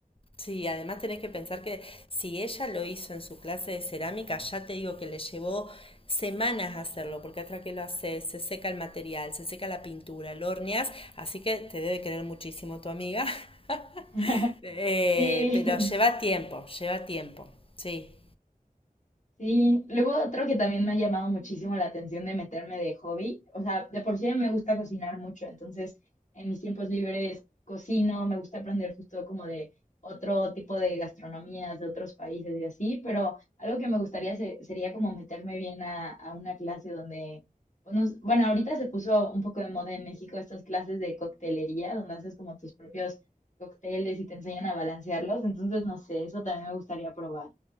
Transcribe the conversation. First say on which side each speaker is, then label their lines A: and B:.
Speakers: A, on the left; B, on the left.
A: Sí, además tenés que pensar que si ella lo hizo en su clase de cerámica, ya te digo que le llevó semanas hacerlo, porque hasta que lo haces, se seca el material, se seca la pintura, lo horneas, así que te debe querer muchísimo tu amiga. <laughs>
B: <laughs>
A: Eh,
B: Sí,
A: pero lleva tiempo, lleva tiempo, sí.
B: Sí, luego otro que también me ha llamado muchísimo la atención de meterme de hobby, o sea, de por sí me gusta cocinar mucho, entonces en mis tiempos libres cocino, me gusta aprender justo como de otro tipo de gastronomías de otros países y así, pero algo que me gustaría se- sería como meterme bien a, a una clase donde, pues, nos- bueno, ahorita se puso un poco de moda en México estas clases de coctelería, donde haces como tus propios cócteles y te enseñan a balancearlos, entonces no sé, eso también me gustaría probar.